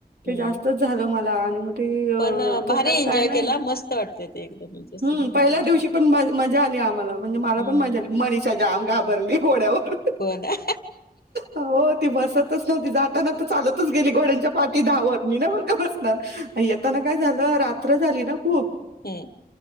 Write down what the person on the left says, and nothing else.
हम्म
पण
भारी एन्जॉय
केला मस्त वाटतय ते एकदम म्हणजे असं
हम्म
हो ना.
हम्म.